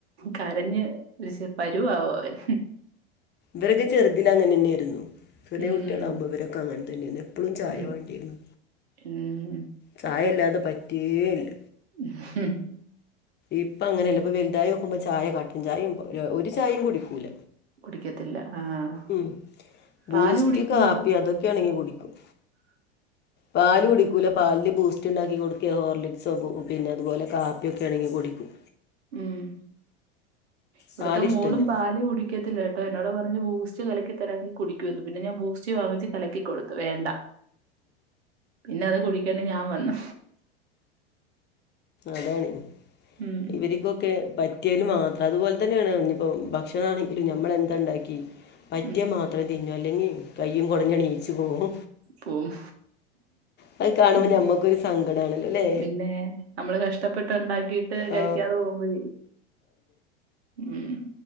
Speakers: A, on the right (about 75°); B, on the left (about 30°).
A: കരഞ് ദൃശ്യ പരുവാവുഅവൻ.
B: വരൊക്കെ ചെറുതിലങ്ങനന്നെയായിരുന്നു. ചെറിയ
A: ഉം
B: കുട്ടികളാവുമ്പോ ഇവരൊക്കെ അങ്ങനെ തന്നെയായിന്നു എപ്പളും ചായ
A: ഉം
B: വേണ്ടിരുന്നു.
A: ഉം
B: ചായ ഇല്ലാതെ പറ്റേയില്ല.
A: ആഹ്
B: ഇപ്പൊ അങ്ങനെയല്ല ഇപ്പൊ വലുതായി ഓക്കുമ്പോ ചായ കട്ടൻചായയും ഒരു ഒരു ചായയും കുടിക്കൂല.
A: കുടിക്കത്തില്ല ആഹ്
B: ഉം ബൂസ്റ്റ്
A: പാല് കുടിക്കുവോ
B: കാപ്പി അതൊക്കെയാണെങ്കി കുടിക്കും.
A: <inaudible>
B: പാല് കുടിക്കൂല പാലില് ബൂസ്റ്റ്ണ്ടാക്കി കൊടുക്കെയോ ഹോർലിക്സോ പിന്നെ അതുപോലെ കാപ്പിയൊ ക്കെണങ്കി കുടിക്കും.
A: ഉം ഇവ്ട്ത്തെ
B: പാല് ഇഷ്ടമല്ല
A: മോളും പാല്കുടി ക്കത്തില്ലട്ടോ. എന്നോട് പറഞ്ഞ് ബൂസ്റ്റ് കലക്കി തരാങ്കി കുടിക്കുന്ന്‌. പിന്നെ ഞാൻ ബൂസ്റ്റ് വാങ്ങിച്ച് കലക്കി കൊടു വേണ്ട. പിന്നെ അത് കുടിക്കേണ്ടി ഞാൻ വന്നു.
B: അതാണ്
A: ഉം
B: ഇവര്ക്കൊക്കെ പ റ്റിയേല് മാത്രം അതുപോലെ തന്നെയാണ് ഞ്ഞിപ്പോ ഭക്ഷണ ആണെങ്കിലും ഞമ്മളെന്താണ്ടാക്കി പറ്റിയാമാ
A: ഉം
B: ത്രം തിന്നും അല്ലെങ്കി കയ്യും കൊടഞ്ഞെണീച്ചു പോവും.
A: പോവും
B: അത് കാണുമ്പോ
A: ഉം
B: ഞമ്മക്കൊരു സങ്കട ആണല്ലോ ല്ലേ?
A: പിന്നെ നമ്മള് കഷ്ടപ്പെട്ട്ണ്ടാക്കിട്ട് കഴിക്കാതെ
B: ആ
A: പോകുമ്പോഴെ. ഉം.